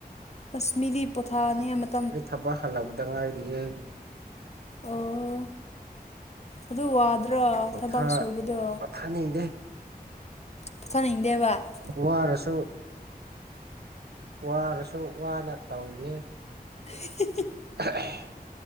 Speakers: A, on the left; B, on the right.
A: ꯑꯁ ꯃꯤꯗꯤ ꯄꯣꯊꯥꯅꯤꯡꯉ ꯃꯠ
B: ꯑꯩ ꯊꯕꯛ ꯍꯜꯂꯛꯄꯗ ꯉꯥꯏꯔꯤꯌꯦ꯫
A: ꯑꯣ ꯑꯗꯨ ꯋꯥꯗꯨ ꯔꯣ
B: ꯄꯣꯊꯥ
A: ꯊꯕꯛ ꯁꯨꯕꯗꯣ
B: ꯄꯣꯊꯥꯅꯤꯡꯗꯦ
A: ꯄꯣꯊꯥꯅꯤꯡꯗꯦꯕ ꯫
B: ꯋꯥꯔꯁꯨ ꯋꯥꯔꯁꯨ ꯋꯥꯅ ꯇꯧꯔꯤꯅꯦ꯫
A: <inaudible>
B: <inaudible>